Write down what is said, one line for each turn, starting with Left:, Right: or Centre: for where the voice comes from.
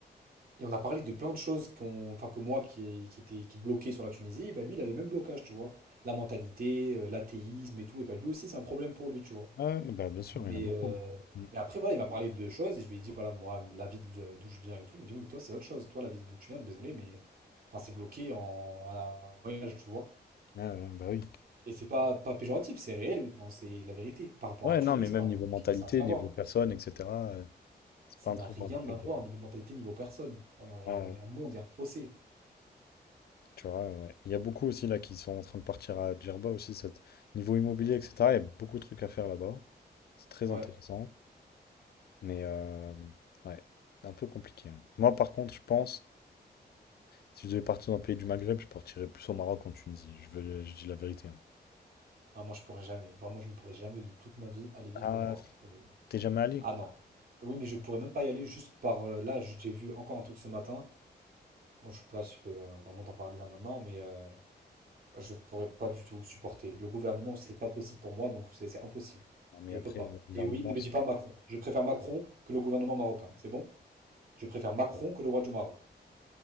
Right: Et on a parlé de plein de choses qu'on, enfin que moi qui, qui était qui bloquait sur la Tunisie, et ben lui il a les mêmes blocages, tu vois. La mentalité, euh, l'athéisme et tout, et ben lui aussi c'est un problème pour lui, tu vois.
Left: Ouais, ouais, bah, bien sûr,
Right: Mais,
Left: il y en a beaucoup.
Right: euh,
Left: Mm.
Right: mais après voilà, il m'a parlé de choses et je lui ai dit voilà moi la ville de- d'où je viens et tout, il m'a dit oui mais toi c'est autre chose, toi la ville d'où tu viens, désolé mais enfin c'est bloqué en à la moyen tu vois.
Left: Ouais, ouais, bah oui.
Right: Et c'est pas pas péjoratif, c'est réel, enfin c'est la vérité. Par rapport
Left: Ouais,
Right: à Tunis
Left: non, mais même
Right: par
Left: niveau
Right: exemple,
Left: mentalité,
Right: ça n'a rien à
Left: niveau
Right: voir.
Left: personne, etc., euh, c'est
Right: Ça
Left: pas un
Right: n'a
Left: truc
Right: rien
Left: dans lequel...
Right: à voir
Left: euh,
Right: niveau mentalité, niveau personne. Euh, Il
Left: Ouais,
Right: y
Left: ouais.
Right: a un monde, il y a un fossé.
Left: Tu vois, ouais. Il y a beaucoup aussi là qui sont en train de partir à Djerba aussi, cette... niveau immobilier, etc. Il y a beaucoup de trucs à faire là-bas. C'est très
Right: Ouais.
Left: intéressant. Mais euh, ouais, un peu compliqué. hein. Moi, par contre, je pense, si je devais partir dans le pays du Maghreb, je partirais plus au Maroc qu'en Tunisie. Je veux, je dis la vérité. hein.
Right: Ah, moi, je pourrais jamais. Vraiment, je ne pourrais jamais de toute ma vie aller vivre
Left: Ah,
Right: au Maroc. Je-
Left: t'es jamais allé?
Right: Ah non. Oui, mais je pourrais même pas y aller juste par... euh, là, j- j'ai vu encore un truc ce matin. Moi, je sais pas si je peux euh, vraiment t'en parler là maintenant, mais euh, je pourrais pas du tout supporter. Le gouvernement, c'est pas possible pour moi, donc c'est c'est impossible.
Left: Non, mais
Right: Je
Left: après,
Right: peux pas.
Left: le gouvernement,
Right: Et oui, ne me
Left: ça-
Right: dis pas Macron. Je préfère Macron que le gouvernement marocain. C'est bon? Je préfère Macron que le roi du Maroc.